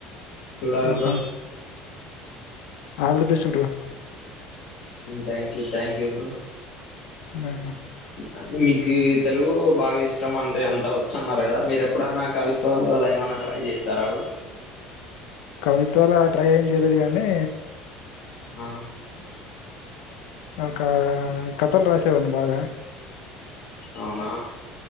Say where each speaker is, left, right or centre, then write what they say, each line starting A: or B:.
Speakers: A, on the left (about 55°); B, on the left (about 80°).
A: చూడాలి
B: ఆహా
A: బ్రో
B: ఆల్ ది బెస్ట్ గురు
A: thank you thank you bro
B: ఆ
A: అది మీకి తెలుగు బాగా ఇష్టం అంటే అంత వచ్చు అన్నారు కదా మీరు ఎప్పుడన్నా కవిత్వాలు అలా ఏమైన్నా ట్రై చేశారా బ్రో
B: కవిత్వాలా ట్రై ఏం చేయలేదు కానీ
A: హా
B: ఒకా కథలు రాసేవాన్ని బాగా
A: అవునా